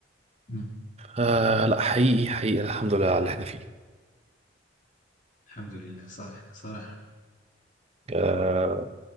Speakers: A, on the left; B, on the right.
A: مم.
B: أه لا حقيقي حقيقي الحمد لله على اللي احنا فيه
A: الحمد لله صحيح صراحة
B: أه